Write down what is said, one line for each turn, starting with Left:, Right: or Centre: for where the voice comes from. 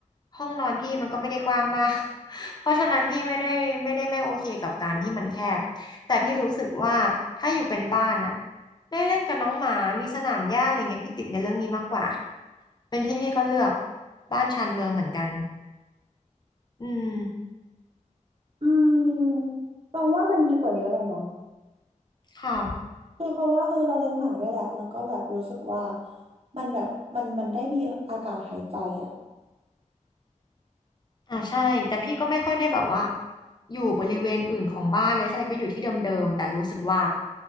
Left: ห้องนอนพี่มันก็ไม่ได้กว้างมาก <laughs> เพราะฉะนั้นพี่ไม่ได้ไม่ได้ไม่โอเคกับการที่มันแคบแต่พี่รู้สึกว่าถ้าอยู่เป็นบ้านอะได้เล่นกับน้องหมามีสนามหญ้าอะไรเงี้ยพี่ติดในเรื่องนี้มากกว่าเป็นพี่พี่ก็เลือกบ้านชานเมืองเหมือนกันอืม
Right: อืมมองว่ามันดีกว่าเยอะเลยเนาะ
Left: ค่ะ
Right: คือเพราะว่าเออเราเลี้ยงหมาด้วยแหละแล้วก็แบบรู้สึกว่ามันแบบมันมันได้มีอากาศหายใจอ่ะ
Left: อ่าใช่แต่พี่ก็ไม่ค่อยได้แบบว่าอยู่บริเวณอื่นของบ้านเลยให่ก็อยู่ที่เดิมๆแต่รู้สึกว่า